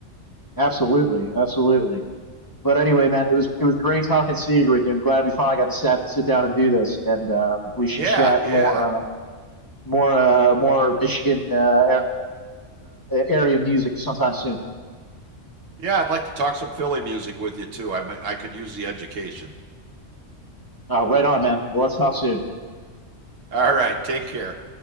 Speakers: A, on the left; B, on the right.
A: absolutely. Absolutely. But anyway, man, it was it was great talking Seeger with you. I'm glad we finally got to sat, sit down and do this, and uh, we should
B: Yeah,
A: chat
B: yeah,
A: more um, more uh, more Michigan uh, area music sometime soon.
B: yeah. I'd like to talk some Philly music with you too. I I could use the education.
A: Uh, right on, man. Well, let's talk soon.
B: All right, take care.